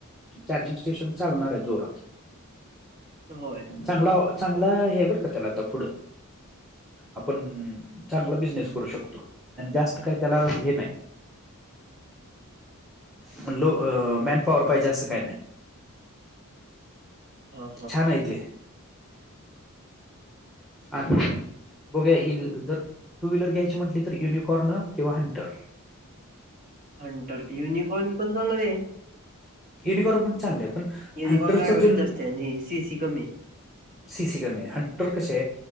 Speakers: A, in the centre; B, on the right.
A: चार्जिंग स्टेशन चालणार आहे जोरात
B: होय
A: चांगला चांगला हे बर का त्याला आता पुढं आपण चांगला बिझनेस करू शकतो आणि जास्त काही त्याला हे नाही म्ह लो
B: होय
A: अ मॅन पॉवर पाहिजे असं काय नाही
B: हां हां
A: छान आहे ते आणि बघ्या जर टू व्हीलर घ्यायची म्हटली तर युनिकॉर्न किंवा हंटर <inaudible>
B: हंंतर युनिकॉर्न पण चांगले
A: युनिकॉर्न पण चांगलं आहे पण
B: म्ह
A: हंटरचा
B: कोणलायबरज
A: जो
B: जास्त आहे म्ह सी सी कमी आहे
A: सी सी कॅमे ह्टर कसे